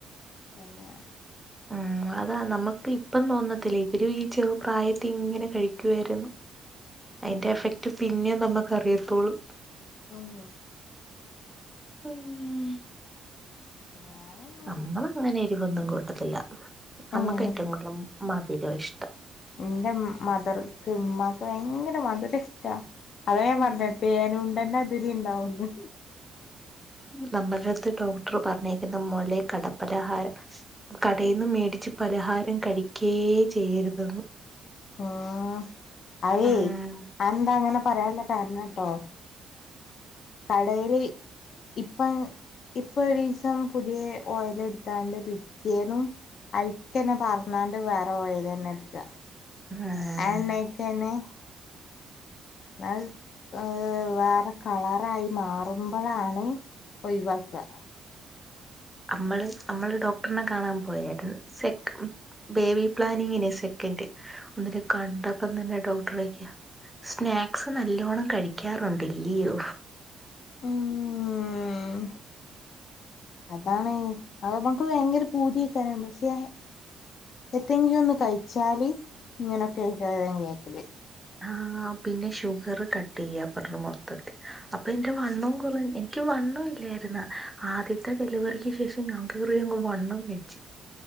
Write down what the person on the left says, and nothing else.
തെന്നേ
ആഹ്
ഞാന്
ഉം
ന്റെ മ് മതറ്ക്ക്, മ്മാക്ക് വയെങ്കര മധുര ഇഷ്ടാ അതേ ഞാപർഞ്ഞെ
തേനുണ്ടന്റെ തിരി ണ്ടാവുന്ന്.
ആഹ്. അഅ് യ്യെ
അന്താ അങ്ങനെ പറയാൻള്ള കാരണം ട്ടോ കടേല് ഇപ്പം ഇപ്പൊരീസം പുതിയ ഓയല് എട്ത്താണ്ട് പിറ്റ്യേന്നും അയ്‌ക്കെന്നെ പാർന്നാണ്ട് വേറെ ഓയലെന്നെ ട്ക്കാ.
ആ എണ്ണേ ക്കെന്നെ <unintelligible> അഅ് വാറെ കളറായി മാറുമ്പളാണ് ഒയ് വാക്കാ
ഉം അതാണ് അത് <unintelligible> ഭയങ്കര പൂതിയേകാരം പക്ഷെ എത്തീങ്കിലൊന്ന് കയിച്ചാല് ങ്ങനൊക്കേക്കാരം കേക്കല്